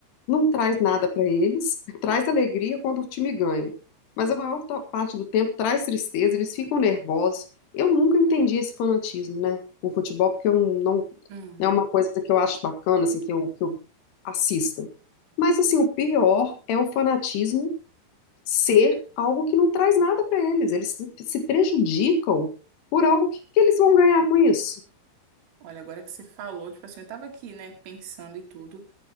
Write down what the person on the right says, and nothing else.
Uhum.
Olha, agora que você falou, tipo assim, eu tava aqui, né, pensando e tudo.